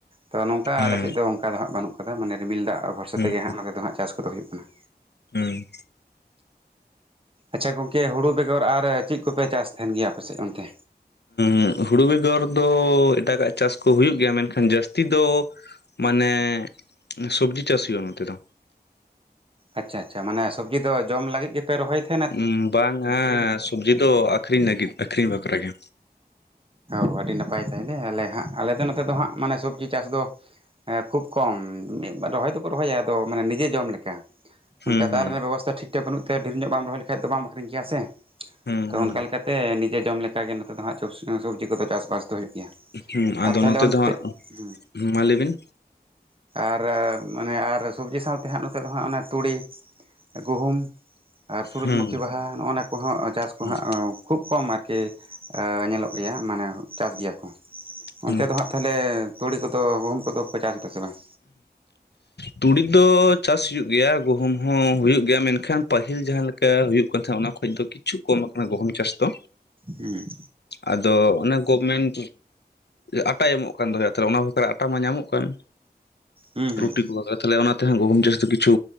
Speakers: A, on the right (about 30°); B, on the left (about 80°).
A: ᱛᱚ ᱱᱚᱝᱠᱟ
B: ᱦᱩᱸ
A: ᱟᱞᱮ ᱥᱮᱫ ᱫᱚ ᱚᱱᱠᱟ ᱫᱚ ᱦᱟᱸᱜ ᱵᱟᱹᱱᱩᱜ-ᱟ᱾ ᱟᱫᱚ ᱢᱟᱱᱮ ᱨᱤᱢᱤᱞ ᱫᱟᱜ ᱵᱷᱚᱨᱥᱟ
B: ᱦᱩᱸ
A: ᱛᱮᱜᱮ ᱦᱟᱸᱜ ᱱᱚᱛᱮ ᱫᱚ ᱦᱟᱸᱜ ᱪᱟᱥ ᱠᱚᱫᱚ ᱦᱩᱭᱩᱜ ᱠᱟᱱᱟ᱾
B: ᱦᱩᱸ᱾
A: ᱟᱪᱪᱷᱟ ᱜᱚᱝᱠᱮ ᱦᱩᱲᱩ ᱵᱮᱜᱚᱨ ᱟᱨ ᱪᱮᱫ ᱠᱚᱯᱮ ᱪᱟᱥ ᱛᱟᱦᱮᱱ ᱜᱮᱭᱟ ᱟᱯᱮ ᱥᱮᱫ ᱚᱱᱛᱮ?
B: ᱩᱸ ᱦᱩᱲᱩ ᱵᱮᱜᱚᱨ ᱫᱚ ᱮᱴᱟᱜᱟᱜ ᱪᱟᱥ ᱠᱚ ᱦᱩᱭᱩᱜ ᱜᱮᱭᱟ ᱢᱮᱱᱠᱷᱟᱱ ᱡᱟᱹᱥᱛᱤ ᱫᱚ ᱢᱟᱱᱮ ᱥᱚᱵᱽᱡᱤ ᱪᱟᱥ ᱦᱩᱭᱩᱜᱼᱟ ᱱᱚᱛᱮ ᱫᱚ᱾
A: ᱟᱪᱪᱷᱟ ᱟᱪᱪᱷᱟ ᱢᱟᱱᱮ ᱥᱚᱵᱽᱡᱤ ᱫᱚ ᱡᱚᱢ ᱞᱟᱹᱜᱤᱫ ᱜᱮᱯᱮ ᱨᱚᱦᱚᱭᱮᱫᱟ?
B: ᱦᱩᱸ ᱵᱟᱝ-ᱟ ᱥᱚᱵᱽᱡᱤ ᱫᱚ ᱟᱠᱷᱨᱤᱧ ᱞᱟᱹᱜᱤᱫ ᱟᱹᱠᱷᱨᱤᱧ ᱵᱟᱠᱷᱨᱟ ᱜᱮ᱾
A: ᱚ ᱟᱹᱰᱤ ᱱᱟᱯᱟᱭ ᱛᱟᱭᱞᱮ ᱟᱞᱮ ᱦᱟᱸᱜ ᱟᱞᱮ ᱫᱚ ᱱᱚᱛᱮ ᱫᱚ ᱦᱟᱸᱜ ᱢᱟᱱᱮ ᱥᱚᱵᱽᱡᱤ ᱪᱟᱥ ᱫᱚ ᱮᱸ ᱠᱷᱩᱵ ᱠᱚᱢ ᱢᱤᱫ ᱵᱟᱨ ᱨᱚᱦᱚᱭ ᱫᱚᱠᱚ ᱨᱚᱦᱚᱭᱟ ᱟᱫᱚ ᱢᱟᱱᱮ ᱱᱤᱡᱮ ᱡᱚᱢ ᱞᱮᱠᱟ᱾
B: ᱦᱩᱸ
A: ᱚᱱᱠᱟ ᱫᱟᱜ
B: ᱦᱩᱸ
A: ᱨᱮᱱᱟᱜ ᱵᱮᱵᱚᱥᱛᱷᱟ ᱴᱷᱤᱠ ᱴᱷᱟᱠ ᱵᱟᱹᱱᱩᱜ ᱛᱮ ᱰᱷᱮᱨ ᱧᱚᱜ ᱵᱟᱢ ᱨᱚᱦᱚᱭ ᱞᱮᱠᱷᱟᱡ ᱫᱚ ᱵᱟᱢ ᱟᱠᱷᱨᱤᱧ ᱠᱮᱭᱟ ᱥᱮ᱾
B: ᱦᱩᱸ
A: ᱛᱚ
B: ᱦᱩᱸ
A: ᱚᱱᱠᱟ ᱞᱮᱠᱟᱛᱮ ᱱᱤᱡᱮ ᱡᱚᱢ ᱞᱮᱠᱟ ᱜᱮ ᱱᱚᱛᱮ ᱫᱚ ᱦᱟᱸᱜ ᱪᱚᱥ ᱮᱸ ᱥᱚᱵᱽᱡᱤ ᱠᱚᱫᱚ ᱪᱟᱥᱼᱵᱟᱥ ᱫᱚ ᱦᱩᱭᱩᱜ ᱜᱮᱭᱟ᱾
B: ᱦᱩᱸ, ᱟᱫᱚ
A: ᱟᱨ ᱛᱟᱦᱚᱞᱮ
B: ᱱᱚᱛᱮ
A: ᱚᱱᱛᱮ
B: ᱫᱚ ᱦᱟᱸᱜ,
A: ᱦᱮᱸ
B: ᱢᱟ ᱞᱟᱹᱭ ᱵᱤᱱ᱾
A: ᱟᱨ ᱢᱟᱱᱮ ᱟᱨ ᱥᱚᱵᱽᱡᱤ ᱥᱟᱶᱛᱮ ᱦᱟᱸᱜ ᱱᱚᱛᱮ ᱫᱚ ᱦᱟᱸᱜ ᱚᱱᱮ ᱛᱩᱲᱤ᱾ ᱜᱩᱦᱩᱢ ᱟᱨ ᱥᱩᱨᱩᱡᱽ
B: ᱦᱩᱸ
A: ᱢᱩᱠᱷᱤ ᱵᱟᱦᱟ ᱱᱚᱜ ᱚᱱᱟ ᱠᱚᱦᱚᱸ ᱪᱟᱥ ᱠᱚ
B: ᱦᱩᱸ
A: ᱦᱟᱸᱜ ᱠᱷᱩᱵ ᱠᱚᱢ ᱟᱨᱠᱤ ᱧᱮᱞᱚᱜ ᱜᱮᱭᱟ ᱢᱟᱱᱮ ᱪᱟᱥ ᱜᱮᱭᱟ ᱠᱚ ᱚᱱᱛᱮ
B: ᱦᱩᱸ
A: ᱫᱚ ᱦᱟᱸᱜ ᱛᱟᱦᱞᱮ ᱛᱩᱲᱤ ᱠᱚᱫᱚ ᱜᱩᱦᱩᱢ ᱠᱚᱫᱚ ᱯᱮ ᱪᱟᱥ ᱮᱫᱟ ᱥᱮ ᱵᱟᱝ
B: ᱛᱩᱲᱤ ᱫᱚ ᱪᱟᱥ ᱦᱩᱭᱩᱜ ᱜᱮᱭᱟ ᱜᱩᱦᱩᱢ ᱦᱚᱸ ᱦᱩᱭᱩᱜ ᱜᱮᱭᱟ ᱢᱮᱱᱠᱷᱟᱱ ᱯᱟᱹᱦᱤᱞ ᱡᱟᱦᱟᱸ ᱞᱮᱠᱟ ᱦᱩᱭᱩᱜ ᱠᱟᱱ ᱛᱟᱦᱮᱸᱱᱟ ᱚᱱᱟ ᱠᱷᱚᱡ ᱫᱚ ᱠᱤᱪᱷᱩ ᱠᱚᱢ ᱟᱠᱟᱱᱟ ᱜᱚᱦᱩᱢ ᱪᱟᱥ ᱫᱚ
A: ᱦᱩᱸ
B: ᱟᱫᱚ ᱚᱱᱮ ᱜᱚᱵᱽᱢᱮᱱᱴ ᱟᱴᱟᱭ ᱮᱢᱚᱜ ᱠᱟᱱ ᱫᱚ ᱡᱟᱛᱮ ᱚᱱᱟ ᱵᱟᱠᱷᱨᱟ ᱟᱴᱟ ᱢᱟ ᱧᱟᱢᱚᱜ ᱠᱟᱱ
A: ᱦᱩᱸ ᱦᱩᱸ
B: ᱨᱩᱴᱤ ᱠᱚ ᱵᱟᱜᱟᱣ ᱛᱟᱞᱮᱭᱟ ᱚᱱᱟ ᱛᱮᱦᱚᱸ ᱜᱩᱦᱩᱢ ᱪᱟᱥ ᱫᱚ ᱠᱤᱪᱷᱩ